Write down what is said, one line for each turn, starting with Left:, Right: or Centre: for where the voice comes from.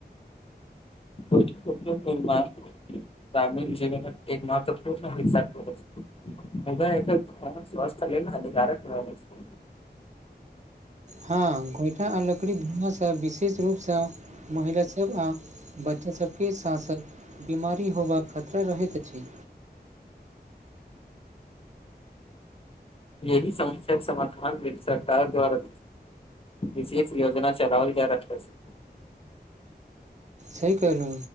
Left: को <unintelligible> ग्रामीण जीवनक एक महत्वपूर्ण हिस्सा <unintelligible> ओहुना एकर धुंआ स्वास्थय लेल हानिकारक रहल अछि
Right: हँ, गोइठा आ लकड़ीक धुआँ सँ विशेष रूप सँ। महिलासभ आ बच्चासभके साथ साथ बीमारी होबाक खतरा रहैत अछि
Left: यह समस्या के समाधान सरकार द्वारा ई योजना चलाओल जा रहल छै।
Right: सही कहलू